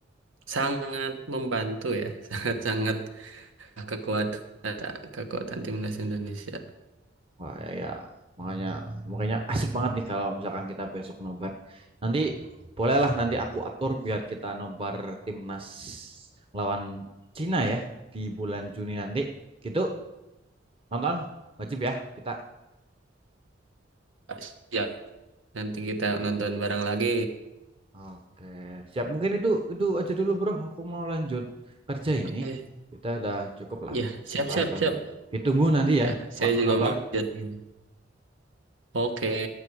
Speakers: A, on the right (about 85°); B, on the right (about 30°).
A: sangat membantu ya, <laughs> sangat-sangat kekuatan kekuatan timnas Indonesia.
B: wah ya, ya. makanya makanya asik banget nih kalau misalkan kita besok nobar nanti bolehlah nanti aku atur biar kita nobar timnas lawan Cina ya di bulan Juni nanti gitu nonton wajib ya kita
A: Siap, nanti kita nonton bareng lagi.
B: Oke, siap. Mungkin itu itu aja dulu, Bro. Aku mau lanjut kerja
A: Oke,
B: ini. Kita udah cukup lah.
A: ya siap
B: Bahas-bahas.
A: siap siap.
B: Ditunggu nanti ya
A: Ya, saya
B: waktu
A: juga
B: nobar.
A: mau lanjut. Oke,